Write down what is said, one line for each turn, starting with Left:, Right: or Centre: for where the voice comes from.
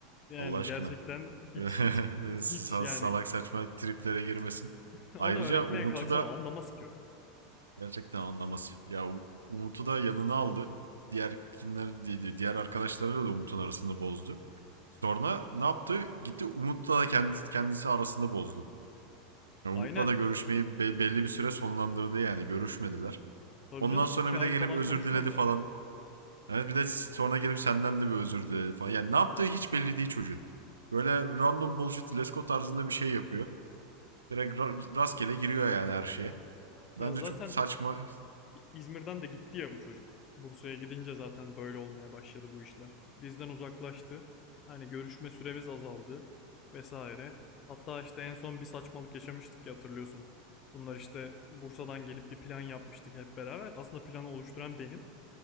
Left: Yani
Right: Allah aşkına.
Left: gerçekten hiç
Right: <laughs>
Left: hiç
Right: Sal-
Left: hiç yani
Right: Salak saçma triplere girmesin.
Left: <laughs> onu
Right: Ayrıca
Left: öğretmeye
Right: Umut'u
Left: kalksan
Right: da
Left: anlamaz ki o.
Right: gerçekten anlamaz. Ya U- Umut'u da yanına aldı. Diğer kimler di- di- diğer arkadaşlarıyla da Umut'un arasını bozdu. Sonra ne yaptı? Gitti Umut'la da kendisi, kendisi arasını bozdu. Yani
Left: Aynen.
Right: Umut'la da görüşmeyi be- belli bir süre sonlandırdı yani görüşmediler.
Left: Tabii
Right: Ondan
Left: canım
Right: sonra
Left: iki
Right: bir
Left: ay
Right: de gelip
Left: falan
Right: özür
Left: konuşmadılar.
Right: diledi falan. Yani bir de sonra gelip senden de bir özür diledi falan. Yani ne yaptığı hiç belli değil çocuğun. Böyle random bullshit Lesko tarzında bir şey yapıyor. Direkt ra- rastgele giriyor yani her şeye. Bence
Left: Ya zaten
Right: çok saçma.
Left: İ- İzmir'den de gitti ya bu çocuk. Bursa'ya gidince zaten böyle olmaya başladı bu işler. Bizden uzaklaştı. Hani görüşme süremiz azaldı vesaire. Hatta işte en son bir saçmalık yaşamıştık ya hatırlıyorsun. Bunlar işte Bursa'dan gelip bir plan yapmıştık hep beraber. Aslında planı oluşturan benim.